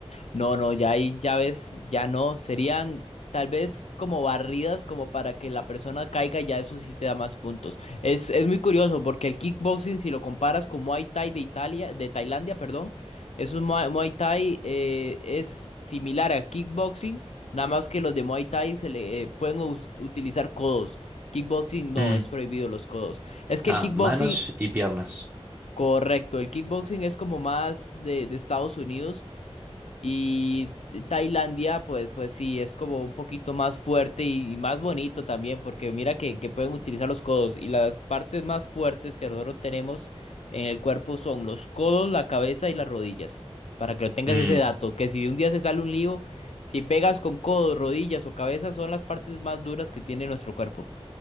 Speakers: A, on the left; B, on the right.
A: No, no, ya hay llaves, ya no. Serían tal vez como barridas, como para que la persona caiga, ya eso sí te da más puntos. Es, es muy curioso porque el kickboxing, si lo comparas con Muay Thai de Italia, de Tailandia, perdón, eso es Muay, Muay Thai eh, es similar al kickboxing, nada más que los de Muay Thai se le eh, pueden us- utilizar codos. Kickboxing no,
B: Mm,
A: es prohibido los codos. Es que
B: Ah,
A: el kickboxing,
B: manos y piernas.
A: correcto, el kickboxing es como más de, de Estados Unidos y Tailandia, pues, pues sí, es como un poquito más fuerte y, y más bonito también, porque mira que, que pueden utilizar los codos. Y las partes más fuertes que nosotros tenemos en el cuerpo son los codos, la cabeza y las rodillas. Para que lo tengas
B: Mm,
A: ese dato, que si un día se sale un lío, si pegas con codos, rodillas o cabeza, son las partes más duras que tiene nuestro cuerpo.